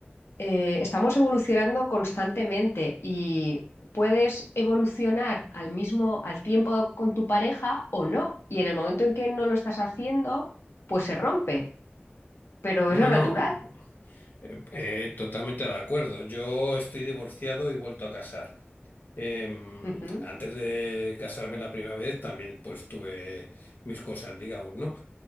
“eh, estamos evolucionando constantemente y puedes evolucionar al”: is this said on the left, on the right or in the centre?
Left